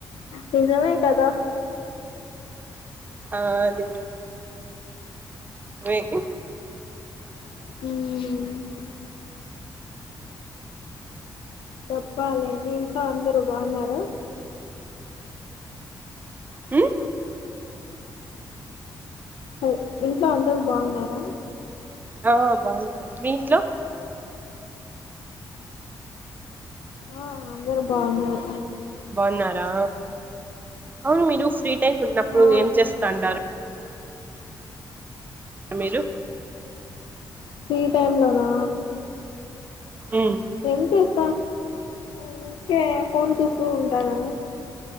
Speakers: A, on the left; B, on the right.
A: నిజమే కదా
B: ఆ అదిగ వేకి
A: మ్... చెప్పాలి మీ ఇంట్లో అందరు బాగున్నారు?
B: మ్
A: హాయ్ ఇంట్లో అందరు బాగున్నారా?
B: ఆ బాగున్నారు, మీ ఇంట్లో?
A: ఆ అందరు బాగున్నారు
B: బావున్నారా అవును మీరు ఫ్రీ టైమ్ ఉన్నప్పుడు
A: ఆ
B: ఏం చేస్తంతాటారు? మీరు?
A: ఫ్రీ టైమ్ లోనా?
B: ఉమ్
A: ఏం చేస్తా ఊర్కే ఫోన్ చూస్తూ ఉంటాను.